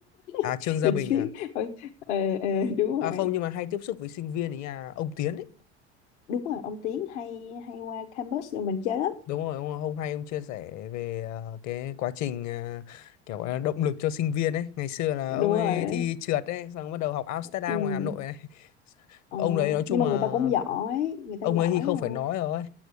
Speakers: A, on the left (about 55°); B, on the left (about 75°).
A: à
B: <laughs>
A: Trương Gia
B: mình
A: Bình
B: chỉ
A: à?
B: biết Ờ, ờ, ờ, đúng
A: À
B: rồi
A: không nhưng mà hay tiếp xúc với sinh viên ấy à ông Tiến ấy.
B: đúng rồi ông Tiến hay hay qua campus rồi mình chơi lắm
A: Đúng rồi, ông, ông hay ông chia sẻ về à, cái quá trình à, kiểu à, động lực cho sinh viên ấy. Ngày xưa là
B: đúng
A: ông ấy
B: rồi
A: thi trượt ấy, xong bắt đầu học Amsterdam
B: ừ.
A: ngoài Hà Nội này. <laughs> Ông
B: ờ,
A: đấy nói chung
B: nhưng mà
A: là
B: người ta cũng giỏi người ta
A: ông
B: giỏi
A: ấy thì không
B: à.
A: phải nói rồi